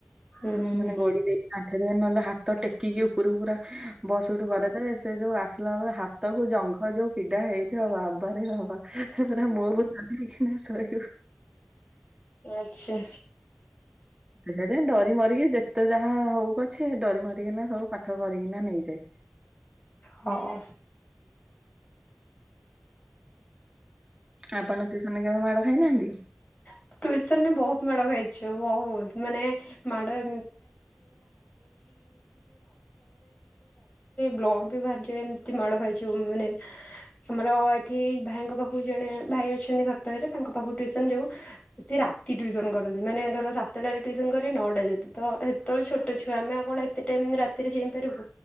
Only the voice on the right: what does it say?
ମାନେ ଗୋଡି ଦେଇକି ଆଣ୍ଠେଇ ଦେବେ ନହେଲେ, ହାତ ଟେକିକି ଉପରକୁ ପୁରା ବସ ଉଠୁ କରେଇଦେବେ। ସେ ଯୋଉ ଆସିଲା ବେଳକୁ ହାତକୁ ଜଙ୍ଘ ଯୋଉ ପିଡା ହେଇଥିବ ବାବାରେ ବାବା। ହେଗୁରା ମୁଭୁ ନଗେଇକିଣା ସୋଇବୁ।
ସେଇଥି ପାଇଁ ଡରି ମାରିକି ଯେତେ ଯାହା ହଉ ପଛେ ଡରି ମରିକିନା ସବୁ ପାଠ କରିକିନା ନେଇଯାଏ।
ଆପଣ ଟିଉସନ କେବେ ମାଡ ଖାଇନାହାନ୍ତି?